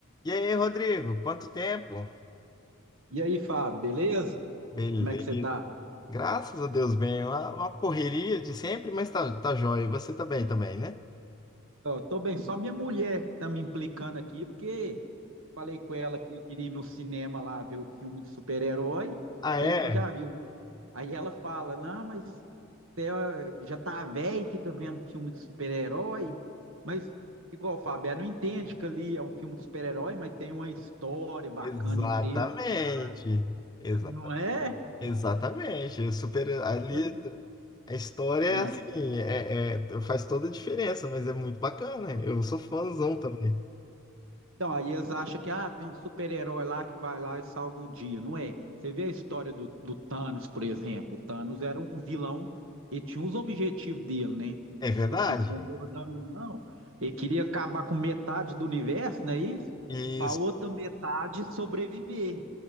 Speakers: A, on the left; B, on the right.
A: E aí, Rodrigo, quanto tempo?
B: E aí, Fábio, beleza?
A: Beleza.
B: Como é que você tá?
A: Graças a Deus, bem. Uma, uma correria de sempre, mas tá, tá joia. E você tá bem também, né?
B: Ó, tô bem, só minha mulher que tá me implicando aqui, porque eu falei com ela que queria ir no cinema lá ver o filme de super-herói,
A: Ah,
B: aí
A: é?
B: você já viu, né? Aí ela fala, não, mas você ó, já tá velho e fica vendo filme de super-herói, mas igual, Fábio, ela não entende que ali é um filme de super-herói, mas tem uma história bacana
A: Exatamente.
B: inteira por trás,
A: Exa
B: não é?
A: exatamente. Eu super, ali
B: Tipo assim,
A: a história é
B: ah.
A: assim, é, é- faz toda a diferença, mas é muito bacana. Eu sou fãzão também.
B: Então, aí eles acham que ah, tem um super-herói lá que vai lá e salva o dia. Não é. Você vê a história do, do Thanos, por exemplo. O Thanos era um vilão e tinha os objetivos dele, né?
A: É verdade.
B: Tipo assim, concordando ou não, ele queria acabar com metade do universo, não é isso?
A: Isso,
B: Para outra metade sobreviver.